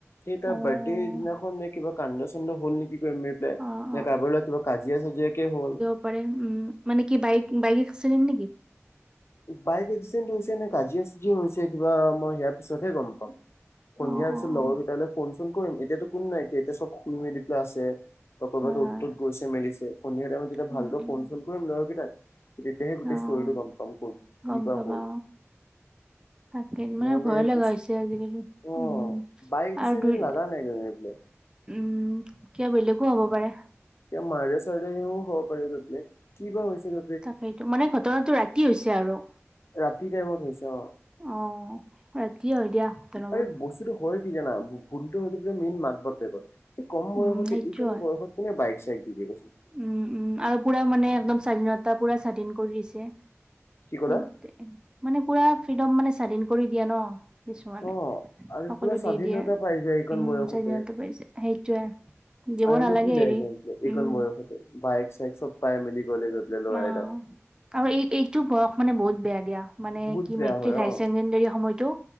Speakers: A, on the left; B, on the right.
A: সেই তাৰ
B: অ',
A: বাৰ্থ ডে দিনাখন এই কিবা কান্দ চান্দ হ'ল নেকি কিবা নে
B: অ',
A: কাৰবাৰ লগত কিবা কাজিয়া চাজিয়াকে হ'ল
B: হব পাৰে উম মানে কি বাইক বাইক এক্সিডেণ্ট নেকি?
A: বাইক এক্সিডেণ্ট হৈছে নে কাজিয়া চাজিয়া হৈছে কিবা মই সেয়াৰ পিছতহে গম পাম। সন্ধিয়াৰ
B: অ',
A: পিছত
B: অ',
A: লগৰ
B: অ',
A: কেইটালৈ ফোন চোন কৰিম এতিয়াতো কোনো নাই এতিয়াটো চব শুই মেলি পেলাই আছে। বা ক'ৰবাত
B: হয়,
A: অত
B: হয়।
A: তত গৈছে মেলিছে সন্ধিয়া টাইমত যেতিয়া
B: উম,
A: ভালকৈ
B: উম,
A: ফোন চোন কৰিম লৰকেইটাক তেতিয়াহে গোটেই
B: অ',
A: স্তৰীটো গম
B: গম
A: কি বা
B: পাবা
A: হ'ল
B: অঁ। তাক
A: নহ'লে
B: মানে ভয়
A: একো
B: লগা হৈছে আজিকালি
A: অ
B: উম
A: বাইক এক্সিডেণ্ট
B: আৰু দুই
A: লাগা নাই গৈ পেলাই
B: উম কিবা বেলেগো হ'ব পাৰে।
A: এ মাৰ্ডাৰ চাৰ্দাৰিংও হব পাৰে গৈপেলে কিবা হৈছিল
B: তাকেইটো মানে ঘটনাটো ৰাতি হৈছে আৰু?
A: ৰাতি টাইমত হৈছে অঁ।
B: অ'। ৰাতিয়ে হয় দিয়া ঘটনাবোৰ
A: আৰু বস্তুটো হয় কি জানা ভুলটো হয়তো বোলে মেইন মাক বাপেকৰ এই কম বয়সতে
B: উম, সেইটো
A: এইখিনি
B: হয়।
A: বয়সত কোনে বাইক চাইক দিব কৈছে।
B: উম উম আৰু পুৰা মানে একদম স্বাধীনতা পুৰা স্বাধীন কৰি দিছে। সেইটোয়ে,
A: কি ক'লা
B: মানে পুৰা ফ্ৰীডম মানে স্বাধীন কৰি দিয়ে ন কিছুমানে
A: অঁ আৰু
B: সকলো
A: পুৰা স্বাধীনতা
B: দি দিয়ে।
A: পাই যায় এইকন
B: উম
A: বয়সতে।
B: চাৰিদিনতে পৰিছে সেইটোয়ে দিব
A: আৰুনো
B: নালাগে
A: কি লাগে
B: এৰি
A: এইকন
B: উম
A: বয়সতে বাইক চাইক চব পাই মেলি গলে গৈ মেলি ল'ৰা
B: অ
A: এটা
B: আৰু এই এইটো বয়স মানে বহুত বেয়া দিয়া মানে
A: বহুত
B: কি
A: বেয়া
B: মেট্ৰিক
A: হয়
B: হাই
A: অ
B: ছেকেণ্ডৰী সময়তো